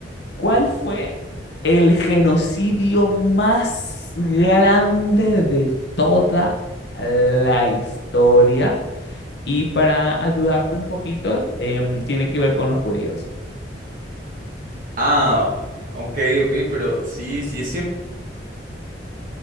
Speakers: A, on the left; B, on the right.
A: ¿Cuál fue el genocidio más grande de toda la historia? Y para ayudarte un poquito, em, tiene que ver con los judíos.
B: Ah, ok, ok, pero sí, sí es siempre